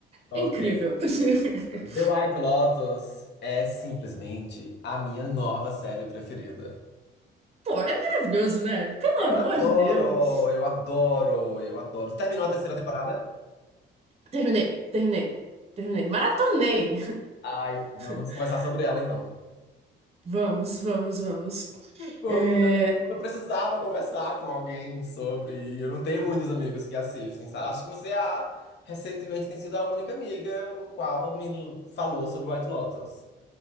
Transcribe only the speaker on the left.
Ok.
The White Lotus é simplesmente a minha nova série preferida.
Eu
adoro,
eu adoro, eu adoro. terminou a terceira temporada?
Ai, vamos
conversar sobre ela então.
Porque
eu eu precisava conversar com alguém sobre. e Eu não tenho muitos amigos que assistem, sabe? Acho que você ah, recentemente tem sido a única amiga o qual me falou sobre White Lotus.